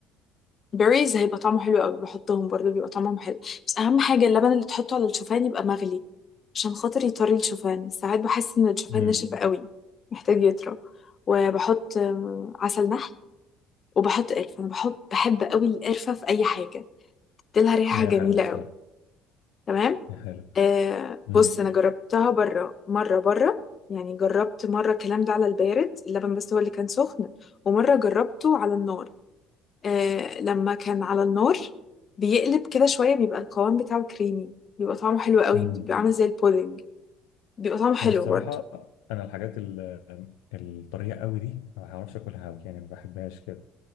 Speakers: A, on the left; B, on the left.
A: بيريز هيبقى طعمه حلو قوي بحطهم برضه بيبقى طعمهم حلو بس اهم حاجه اللبن اللي تحطه على الشوفان يبقى مغلي عشان خاطر يطري الشوفان ساعات بحس ان الشوفان
B: امم
A: ناشف قوي محتاج يطرى وبحط آم، عسل نحل وبحط قرفه انا بحط بحب قوي القرفه في اي حاجه تديلها ريحه
B: ما
A: جميله
B: هي حلوه الصراحه
A: قوي تمام
B: هي حلوه
A: آه
B: امم
A: بص انا جربتها بره مره بره يعني جربت مره الكلام ده على البارد اللبن بس هو اللي كان سخن ومره جربته على النار آه لما كان على النار بيقلب كده شويه بيبقى القوام بتاعه كريمي بيبقى طعمه حلو قوي
B: امم
A: بيبقى عامل زي البودنج بيبقى طعمه حلو
B: هو الصراحه
A: برضه
B: انا الحاجات ال- الطريه قوي دي ما بعرفش اكلها قوي يعني ما بحبهاش كده